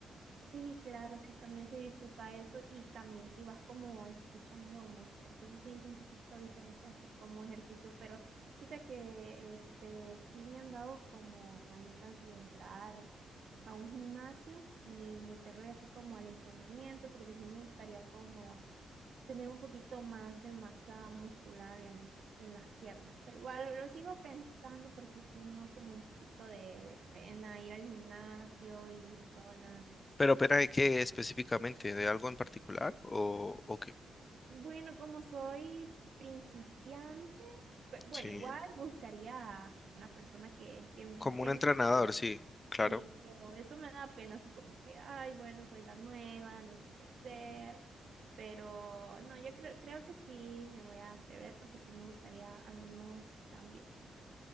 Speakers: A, on the right; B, on the left.
A: Sí, claro, sí, también se disfruta eso y también si vas como escuchando música, entonces sí es un poquito diferente hacer como ejercicio, pero fíjate que este sí me han dado como ganitas de entrar a un gimnasio y meterle así como al entrenamiento, porque sí me gustaría como tener un poquito más de masa muscular en, en las piernas, pero igual lo sigo pensando porque sí me da como un poquito de, de pena ir al gimnasio y ir sola.
B: Pero, ¿pero de qué específicamente? ¿De algo en particular o, o qué?
A: Bueno, como soy principiante, pe- bueno,
B: Sí,
A: igual buscaría una persona que, que me
B: como
A: entrene,
B: un entrenador,
A: pero
B: sí, claro.
A: sí, pero eso me da pena, así como que, ay, bueno, soy la nueva, no sé qué hacer, pero no, yo creo, creo que sí me voy a atrever porque sí me gustaría algunos cambios.